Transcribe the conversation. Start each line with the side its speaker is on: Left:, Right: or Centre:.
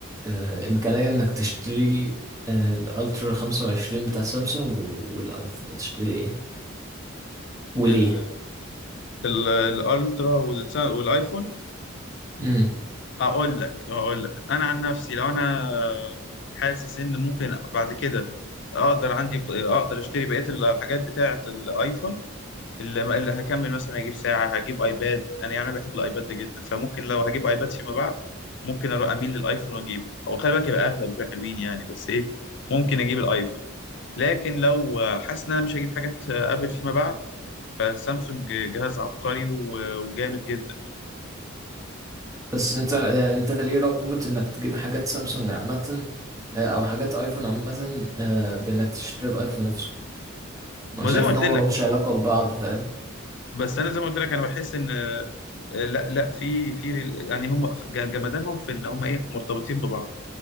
Right: آه امكانية انك تشتري آه الالترا 25 بتاع سامسونج والايفون هتشتري ايه وليه
Left: ال ال الالترا والس- والايفون
Right: امم
Left: هقول لك هقول لك انا عن نفسي لو انا حاسس ان ممكن بعد كده اقدر عندي اقدر اشتري بقية الحاجات بتاعة الايفون اللي, اللي هكمل مثلا اجيب ساعه هجيب ايباد انا يعني أنا بحب الايباد ده جدا فممكن لو هجيب ايباد فيما بعد ممكن أروح اميل للايفون واجيبه هو خلي بالك يبقى اغلى بشويه حلوين يعني بس ايه ممكن اجيب الايفون لكن لو حاسس ان انا مش هجيب حاجات ابل فيما بعد فالسامسونج جهاز عبقري و- وجامد جدا
Right: بس انت يعني انت ليه رابط انك تجيب حاجات سامسونج عامة آه، او حاجات ايفون عامة آه بانك تشتري الايفون نفسه انا
Left: ما
Right: شايف
Left: زي ما قلت
Right: ان هو
Left: لك
Right: ملهمش علاقة ببعض فاهم
Left: بس انا زي ما قلت لك انا بحس ان آه، لا لا في في ريل- يعني هم جمدانهم في اللي هم ايه مرتبطين ببعض